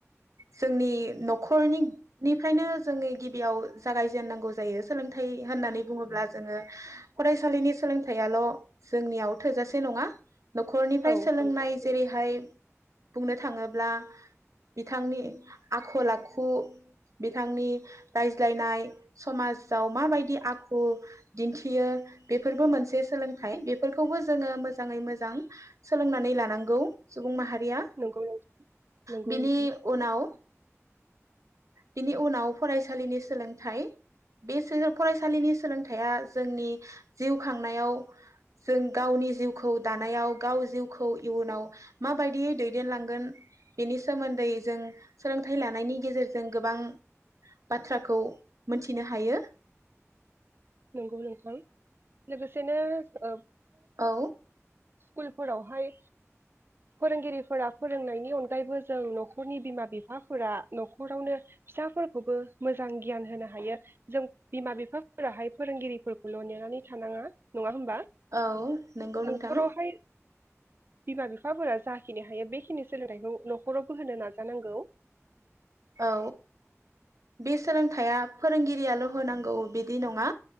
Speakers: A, on the right; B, on the right.
A: जोंनि न'खरनि निफ्रायनो जोङो गिबियाव जागायजेननांगौ जायो सोलोंथाइ होननानै बुङोब्ला जोङो फरायसालिनि सोलोंथाइयाल' जोंनियाव थोजासे नङा। न'खरनिफ्राय
B: औ
A: सोलोंनाय
B: नंगौ
A: बुंनो थाङोब्ला बिथांनि आखल आखु बिथांनि रायज्लायनाय समाजाव माबायदि आखु दिन्थियो बेफोरबो मोनसे सोलोंथाइ बेफोरखौबो जोङो मोजाङै मोजां सोलोंनानै गौ सुबुं माहारि गैया
B: नंगौ नंगौ
A: बिनि
B: नोंथां
A: उनाव बिनि उनाव फरायसालिनि सोलोंथाइ बे सोआ फरायसालिनि सोलोंथाया जोंनि जिउ खांनायाव जों गावनि जिउखौ दानायाव गाव जिउखौ इयुनाव माबायदियै दैदेनलांगोन बेनि सोमोन्दै जों सोलोंथाइ लानायनि गेजेरजों गोबां बाथ्राखौ मिथिनो हायो।
B: नोंगौ नोंथां लोगो सेनो ओ
A: औ
B: स्कुलफोरावहाय फोरोंगिरिफोरा फोरोंनायनि अनगायैबो जों न'खरनि बिमा बिफाफोरा न'खरावनो फिसाफोरखौबो मोजां गियान होनो हायो जों बिमा बिफाफोराहाय फोरोंगिरिफोरखौल' नेनानै थानाङा नङा <unintelligible>
A: औ नोंगौ
B: न'खरावहाय
A: नोंथां
B: बिमा बिफाफोरा जाखिनि हायो बेखिनि सोलोंथाइखौ न'खरावबो होनो नाजानांगौ।
A: औ बे सोलोंथाइया फोरोंगिरियाल' होनांगौ बिदि नङा।